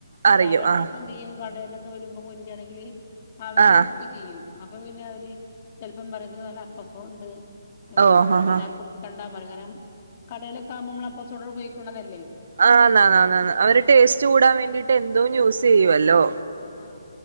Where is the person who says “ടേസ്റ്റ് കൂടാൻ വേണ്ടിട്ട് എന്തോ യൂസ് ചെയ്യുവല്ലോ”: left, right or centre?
Right